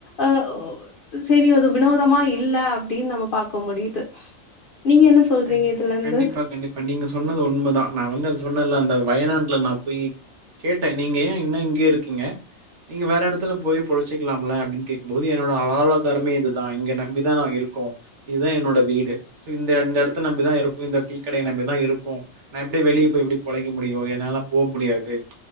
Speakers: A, on the left; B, on the right.
A: அ செரி அது வினோதமா இல்ல அப்டின் நம்ம பாக்க முடியுது நீங்க என்ன சொல்றீங்க
B: கண்டி-
A: இதுல இருந்து
B: கண்டிப்பா கண்டிப்பா நீங்க சொன்னது உண்மதா நா வந்து அது சொன்னல அந்த வயநாட்டுல நா போய் கேட்ட நீங்க ஏய இன்னோ இங்கயே இருக்கீங்க நீங்க வேற எடத்துல போய் பொழச்சுக்கலாம்ல அப்டின்னு கே போது என்னோட வாழ்வாதாரமே இது தா இங்க நம்பிதா நா இருக்கோ இதுதா என்னோட வீடு சோ இந்த எட த்த நம்பி தா இருக்கோ இந்த டீ கடைய நம்பிதா இருக்கோ நா எப்டி வெளிய போய் எப்டி பொழைக்க முடியு என்னால லா போ முடியாது